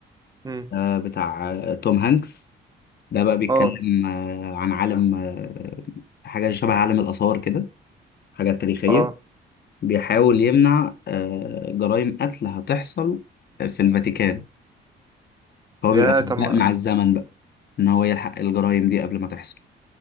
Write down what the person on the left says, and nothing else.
آه بتاع آه توم هانكس ده بقى بيتكلم
آه عن عالم آه حاجه شبه عالم الاثار كده حاجات تاريخيه
بيحاول يمنع آه، جرائم قتل هتحصل في الفاتيكان فهو
بيبقى في
سباق
مع الزمن بقى ان هو يلحق الجرائم دي قبل ما تحصل